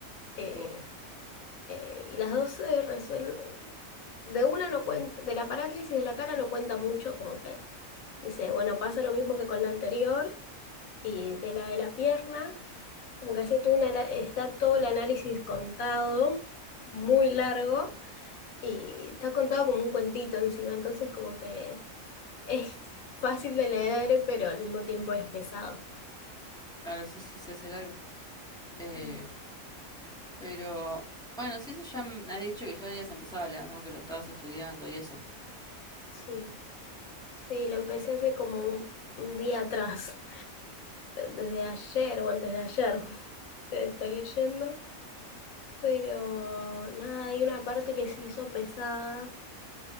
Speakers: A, on the left; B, in the centre.
A: Eh,
B: Uh,
A: eh, y las dos se resuelven, de una no cuenta, de la parálisis de la cara no cuenta mucho, como que dice, bueno, pasa lo mismo que con la anterior y de la de la pierna. Como que hace todo una- está todo el análisis contado, muy largo, y está contado como un cuentito encima, entonces como que es fácil de leer, pero al mismo tiempo es pesado.
B: claro, sí, sí, se hace largo. Eh,
A: Mm,
B: Pero, bueno, sí, eso ya me has dicho que ya habías empezado a leer, ¿no? Que lo estabas estudiando y eso.
A: Sí, sí, lo empecé hace como un, un día atrás, desde ayer o antes de ayer, <laughs> estoy leyendo, pero nada, hay una parte que se hizo pesada,